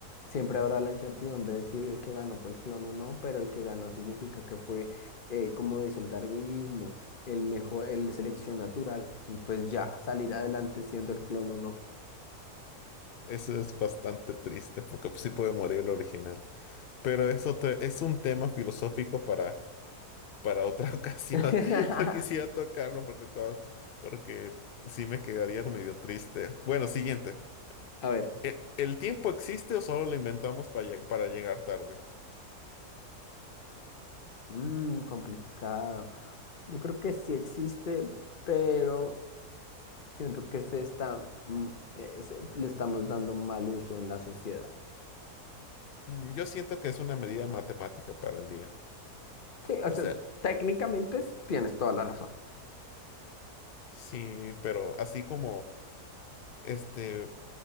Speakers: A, on the left; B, on the left.
A: Siempre habrá la incertidumbre de si el que ganó fue el clon o no, pero el que ganó significa que fue, eh, como dice el darwinismo, el mejor, el selección natural y pues ya salir adelante siendo el clon o no.
B: Eso es bastante triste porque pues, sí puede morir el original. Pero es otro, es un tema filosófico para para otra <laughs> ocasión.
A: <laughs>
B: No quisiera tocarlo porque, to- porque sí me quedaría medio triste. Bueno, siguiente.
A: A ver,
B: ¿E- ¿El, tiempo existe o solo lo inventamos para, lleg- para llegar tarde?
A: mm, complicado. Yo creo que sí existe, pero siento que se está, mm, eh, se- le estamos dando mal uso en la sociedad.
B: Mm, Yo siento que es una medida matemática para el día.
A: Sí, o
B: O
A: sea,
B: sea,
A: técnicamente s- tienes toda la razón.
B: sí, pero así como, este,